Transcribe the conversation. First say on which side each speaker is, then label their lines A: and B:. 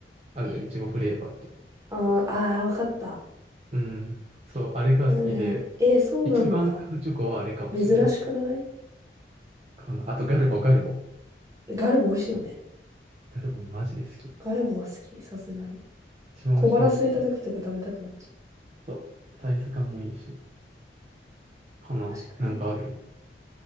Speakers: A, on the right; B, on the right.
A: あるじゃん、
B: え、
A: いちごフレーバーっていうか。
B: あー、あー、わかった。
A: うん、そう、あれが好きで、
B: はいはい。えー、そうなんだ。
A: 一番買うチョコはあれかもしれない。
B: 珍しくない
A: かな。あとガルボ、ガルボ。
B: ガルボ美味しいよね。
A: ガルボマジで好き。
B: ガルボは好き、さすがに。
A: 一番美味しくないってくる。
B: 小腹空いた時とか食べたくなっちゃ
A: そう。サイズ感もいいし。かな。
B: う。確かに。
A: なんかある